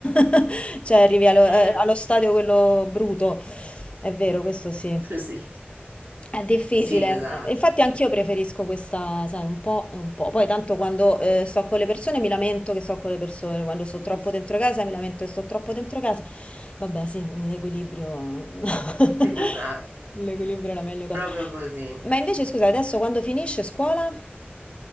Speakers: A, on the left (about 30°); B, on the right (about 55°).
A: <laughs> Cioè arrivi allo,
B: Mm,
A: eh, allo stadio quello bruto. È vero, questo sì.
B: <laughs> Sì,
A: È difficile,
B: sì, esatto,
A: Eh, infatti anch'io preferisco questa, sai, un po' e un po'. Poi tanto quando eh, sto con le persone mi lamento che sto con le persone, quando sto troppo
B: <laughs>
A: dentro casa mi lamento che sto troppo dentro casa. Vabbè, sì, l'equilibrio... <laughs>
B: esatto,
A: L'equilibrio è la meglio cosa.
B: proprio così.
A: Ma invece scusa, adesso quando finisce scuola?